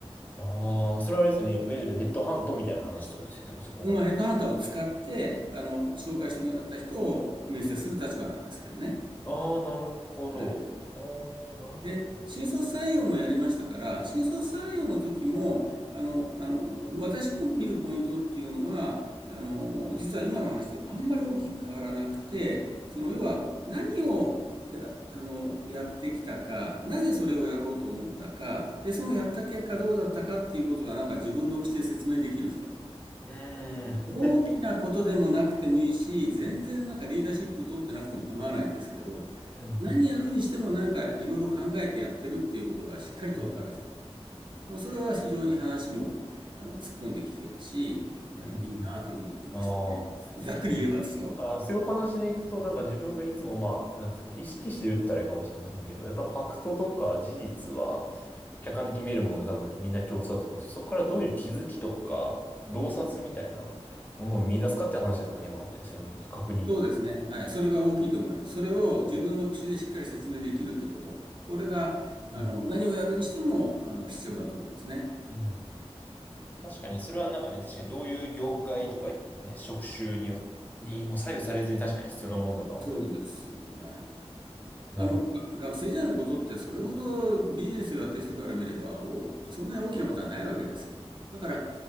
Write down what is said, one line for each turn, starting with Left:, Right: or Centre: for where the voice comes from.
Left: ああ、それはあれですよね。いわゆるヘッドハントみたいな話ってことですよね。もうそこまで。
Right: まあ、ヘッドハンターを使って、あの、紹介してもらった人を面接する立場なんですけどね。
Left: ああー、なるほど。
Right: はい。
Left: ああ、なるほど。
Right: で、新卒採用もやりましたから、新卒採用の時も、あの、あの、私の見るポイントっていうのは、あの、実は今の話とあんまり大きく変わらなくて、その、要は何をや、あの、やってきたか、なぜそれをやろうと思ったか、で、そのやった結果どうだったかっていうことが、なんか自分の口で説明できる人。
Left: うーん。
Right: 大きなことでもなくてもいいし、
Left: <laughs>
Right: 全然なんかリーダーシップ取ってなくても構わないんですけど、
Left: うん、うん。
Right: 何やるにしてもなんかいろいろ考えてやってるっていうことがしっかりとわかる人。
Left: うん、うん。
Right: のそれは非常に話もあの突っ込んで聞けるし、あのいいなというふうに思いましたね。
Left: うんうんああ。
Right: ざっくり言えばですよ。
Left: あ、そういうお話でいくと、なんか自分がいつもまあ、なんですか、意識してるってあれかもしれませんけど、やっぱファクトとか事実は客観的に見えるもので多分みんな共通だと思うんですよ。そこからどういう気づきとか、洞察みたいなものを見出すかって話ですかね、今のって。すみません。確認。
Right: そうですね。はい。それが大きいと思います。それを自分の口でしっかり説明できるということ。これが、
Left: うん。
Right: あの、何をやるにしても、あの、必要だと思いますね。
Left: うん。確かに、それはなんかね、確かにどういう業界とか、ね、職種によ、にも左右されずに確かに必要なもんだとは思います。
Right: そうです。はい。
Left: なるほど。
Right: あの、が学生時代のことってそれほどビジネスをやってる人から見ればお、そんなに大きなことはないわけですよ。だから、